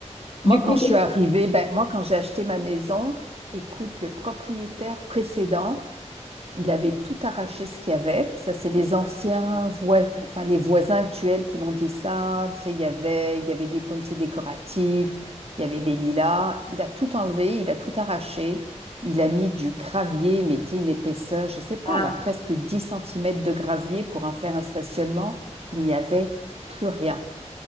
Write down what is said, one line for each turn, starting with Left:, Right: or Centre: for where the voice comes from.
Right: Moi,
Left: du coup,
Right: quand je
Left: toi,
Right: suis arrivée, ben, moi, quand j'ai acheté ma maison, écoute, le propriétaire précédent, Il avait tout arraché ce qu'il y avait. Ça, c'est les anciens voisins, enfin les voisins actuels qui m'ont dit ça. Tu sais, il y avait, il y avait des pommiers décoratifs, il y avait des lilas. Il a tout enlevé, il a tout arraché. Il a mis du gravier, mais tu sais, une épaisseur, je sais pas,
Left: Ah,
Right: là, presque 10 centimètres de gravier pour en faire un stationnement. Il n'y avait plus rien.